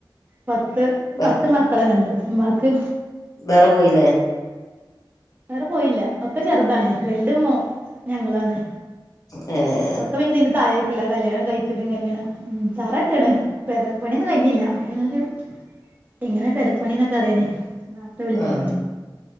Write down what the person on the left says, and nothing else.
വേ
വേറെ പോയില്ലേ
ഏ എ
ആഹ